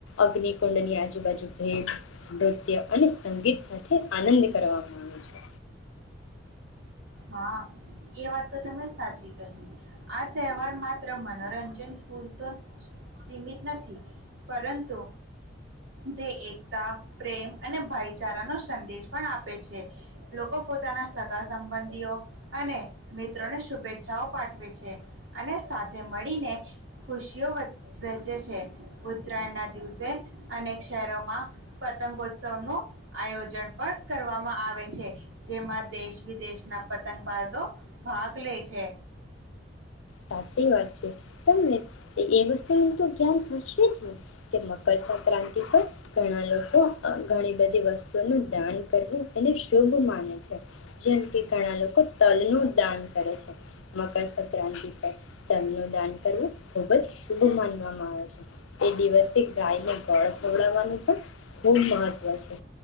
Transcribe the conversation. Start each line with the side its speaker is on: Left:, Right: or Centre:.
Left: અગ્નિકુંડની આજુબાજુ ભેટ નૃત્ય અને સંગીત સાથે આનંદ કરવામાં આવે છે.
Right: હા એ વાત તો તને સાચી કહી આ તહેવાર માત્ર મનોરંજન પૂરતો સીમિત નથી પરંતુ તે એકતા પ્રેમ અને ભાઈચારાનો સંદેશ પણ આપે છે લોકો પોતાના સગા સંબંધ સબંધીઓ અને મિત્રોને શુભેચ્છાઓ પાઠવે છે અને સાથે મળીને ખુશીઓ વહેચે છે ઉત્તરાયણ ના દિવસે અનેક શહેરોમાં પતંગોત્સવ નું આયોજન પણ કરવામાં આવે છે જેમાં દેશ વિદેશના પતંગબાજો, ભાગ લે છે.
Left: સાચી વાત છે તને એ વસ્તુ ન તો ખ્યાલ રાશે જ ને કે મકરસક્રાંતિ પર ઘણા લોકો ઘણી બધી વસ્તુઓ નું દાન કરવું એને શુભ માને છે જેમ કે ઘણા લોકો તલ નું દાન કરે છે મકરસક્રાંતિ તેમ દાન કરવું ખૂબ જ શુભ માનવામાં આવે છે, એ દિવસે ગાયને ગોળ ખવડાવવાનું પણ ખૂબ મહત્વ છે,